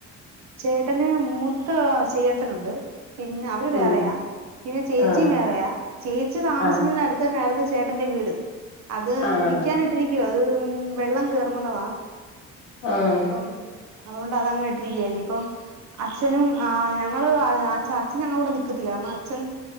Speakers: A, on the right; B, on the left.
A: ചേട്ടന് മൂത്ത ആഹ് ചേട്ടനുണ്ട് പിന്നെ അവര് വേറെയാ
B: ഉം
A: പിന്നെ ചേച്ചിയും
B: ആഹ്
A: വേറെയാ ചേച്ചി താമസിക്കുന്നേനടുത്ത്
B: ആഹ്
A: തന്നെ ആരുന്നു ചേട്ടന്റെ വീട് അത്
B: ആഹ്
A: വിക്കാനിട്ടിരിക്കുവാ അത് ഉം വെള്ളം കേറുന്നിടെവാ
B: ആഹ്
A: അപ്പം അതുകൊണ്ട് അതങ്ങനെ ഇട്ടിരിക്കുവാ ഇനിയിപ്പ് ഇപ്പം അച്ഛനും ആഹ് ഞങ്ങള് അ ആഹ് അച്ഛൻ ഞങ്ങളെ കൂടെ നിക്കത്തില്ല കാരണം അച്ഛൻ